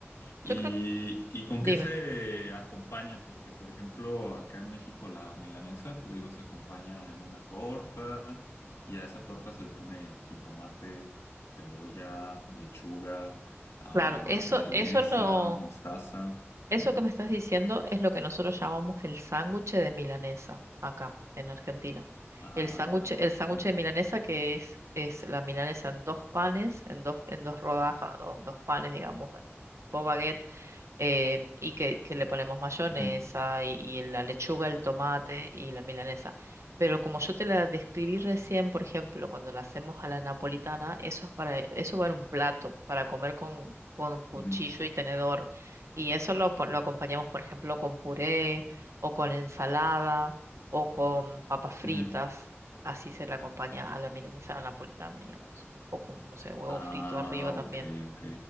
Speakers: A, on the left; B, on the right.
A: ¿Y,
B: Yo creo
A: y con
B: Dime,
A: qué se acompaña? Porque, por ejemplo, acá en México la milanesa, te digo, se acompaña en una torta y a esa torta se le pone jitomate, cebolla, lechuga, ah,
B: claro, eso,
A: mayonesa,
B: eso lo,
A: mostaza.
B: eso
A: Ujú.
B: que me estás diciendo es lo que nosotros llamamos el sándwich de milanesa acá en Argentina.
A: Ah,
B: El sándwich, el
A: ok.
B: sándwich de milanesa que es, es la milanesa en dos panes, en dos, en dos rodajas, dos, dos panes, digamos, dos baguettes eh, y que, que le ponemos mayonesa
A: Ujú,
B: y, y la lechuga, el tomate y la milanesa. Pero como yo te la describí recién, por ejemplo, cuando la hacemos a la napolitana, eso es para, eso va en un plato, para comer con, con cuchillo
A: ujú.
B: y tenedor. Y eso lo, po- lo acompañamos, por ejemplo, con puré o con ensalada o con papas fritas.
A: Ujú.
B: Así se le acompaña a la milanesa a la napolitana, digamos. O con, no sé, huevo
A: Ah,
B: frito arriba también.
A: ok, ok.